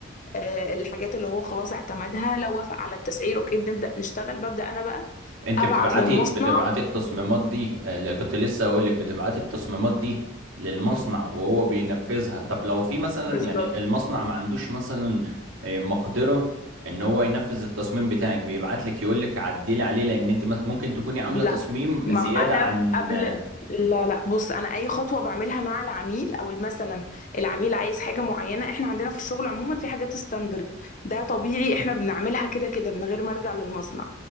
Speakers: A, on the left; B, on the right.
A: آه، الحاجات اللي هو خلاص اعتمدها لو وافق على التسعير اوكي بنبدأ نشتغل ببدأ انا بقى
B: انت
A: ابعت
B: بتبعتي
A: للمصنع
B: بتبعتي التصميمات دي اللي كنت لسه اقول لك بتبعتي التصميمات دي للمصنع وهو بينفذها طب لو في مثلا
A: بالظبط
B: يعني المصنع ما عندوش مثلا آه، مقدرة ان هو ينفذ التصميم بتاعك بيبعت لك يقول لك عدلي عليه لان انت مس- ممكن تكوني عاملة
A: لا
B: تصميم
A: ما
B: زيادة
A: انا
B: عن
A: قبل
B: آه،
A: لا لا بص انا اي خطوه بعملها مع العميل او مثلا العميل عايز حاجه معينه احنا عندنا في الشغل عموما في حاجات ستاندرد ده طبيعي احنا بنعملها كده كده من غير ما ارجع للمصنع